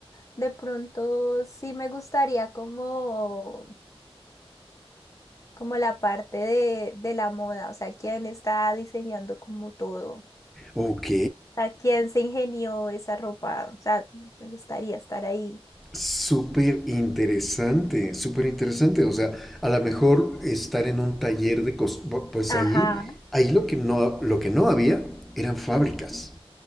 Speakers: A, on the left (about 30°); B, in the centre.
A: De pronto sí me gustaría como, como la parte de, de la moda, o sea, quién está diseñando como todo.
B: Ok,
A: O sea, quién se ingenió esa ropa. O sea, me gustaría estar ahí.
B: Súper interesante, súper interesante. O sea, a lo mejor estar en un taller de cos- bu- pues
A: Ajá.
B: ahí, ahí lo que no, lo que no había eran fábricas,